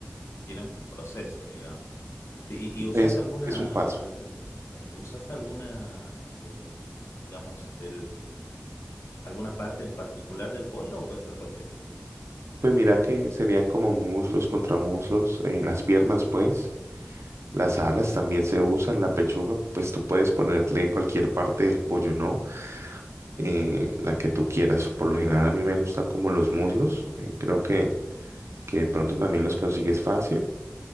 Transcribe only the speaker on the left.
Tiene un proceso, digamos. ¿Y, y usás
alguna,
algu- usás alguna, eh, digamos, del, eh, alguna parte en particular del pollo o puede ser cualquiera?
Ok,